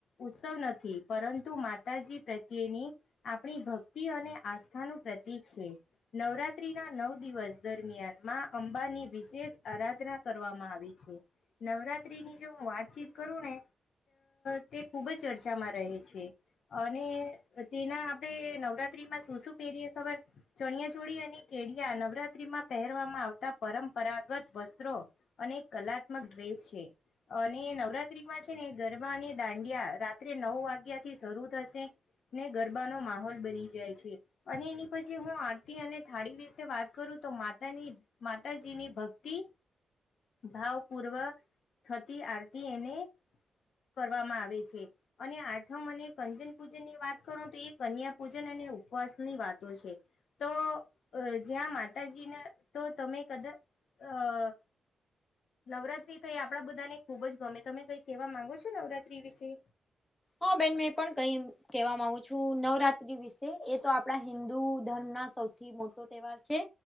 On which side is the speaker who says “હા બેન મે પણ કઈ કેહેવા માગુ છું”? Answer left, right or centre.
Left